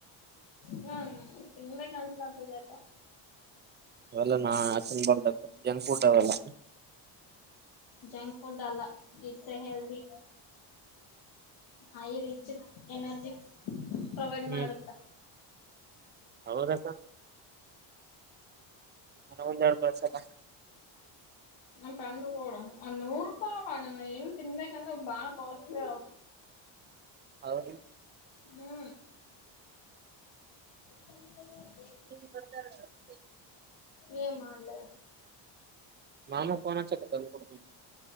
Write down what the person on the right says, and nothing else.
ಅವಲ್ಲ ನಾ ಚನ್ ಬರ್್ದ ಜನ ುಟ ಅವೆಲ್ಲ
ಹ್ಮ್
ಹೌದಕ್ಕ ನನ ಒಂದ್ ಎರಡ್ ಕಳ್ಸಕ್ಕ
ಹೌದು
ಬದತಿ
ಮಾಾಮಾ ಪೋನ ಚ ಕ ಕೊಡ